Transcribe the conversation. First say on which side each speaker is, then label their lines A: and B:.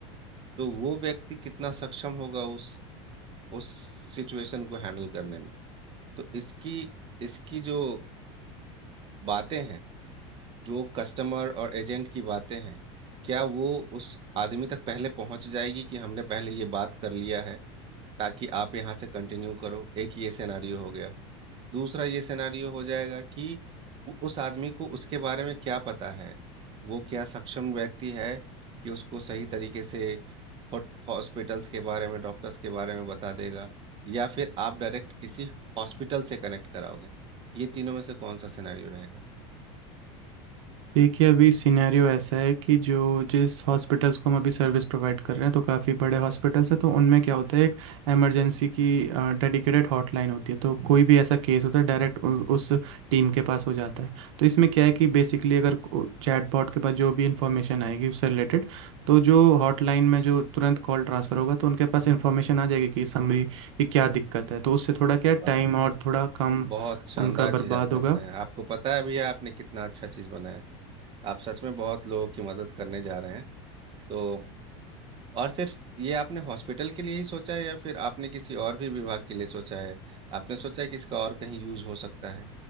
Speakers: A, on the right (about 35°); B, on the right (about 80°).
A: तो वो व्यक्ति कितना सक्षम होगा उस उस सिचुएशन को हैंडल करने में तो इसकी इसकी जो बातें हैं जो कस्टमर और एजेंट की बातें हैं क्या वो उस आदमी तक पहले पहुंच जाएगी कि हमने पहले ये बात कर लिया है ताकि आप यहाँ से कंटिन्यू करो एक ये सिनेरियो हो गया दूसरा ये सिनेरियो हो जाएगा कि उ- उस आदमी को उसके बारे में क्या पता है वो क्या सक्षम व्यक्ति है कि उसको सही तरीके से हॉस्पिटल्स के बारे में डॉक्टर्स के बारे में बता देगा या फिर आप डायरेक्ट किसी हॉस्पिटल से कनेक्ट कराओगे ये तीनों में से कौन सा सिनेरियो रहेगा
B: देखिए अभी सिनेरियो ऐसा है कि जो जिस हॉस्पिटल्स को हम अभी सर्विस प्रोवाइड कर रहे हैं तो काफ़ी बड़े हॉस्पिटल्स हैं तो उनमें क्या होता है एक इमरजेंसी की डेडिकेटेड हॉटलाइन होती है तो कोई भी ऐसा केस होता है डायरेक्ट उस टीम के पास हो जाता है तो इसमें क्या है कि बेसिकली अगर चैटबॉट के पास जो भी इंफॉर्मेशन आएगी उससे रिलेटेड तो जो हॉटलाइन में जो तुरंत कॉल ट्रांसफ़र होगा तो उनके पास इंफॉर्मेशन आ जाएगी कि समरी कि क्या दिक्कत है तो उससे थोड़ा क्या
A: वाह
B: टाइम और थोड़ा कम
A: बहुत शानदार
B: उनका
A: चीज
B: बर्बाद
A: आपने
B: होगा
A: बनाया आपको पता है भैया आपने कितना अच्छा चीज बनाया आप सच में बहुत लोगों की मदद करने जा रहे हैं तो और सिर्फ ये आपने हॉस्पिटल के लिए ही सोचा है या फिर आपने किसी और भी विभाग के लिए सोचा है आपने सोचा है कि इसका और कहीं यूज हो सकता है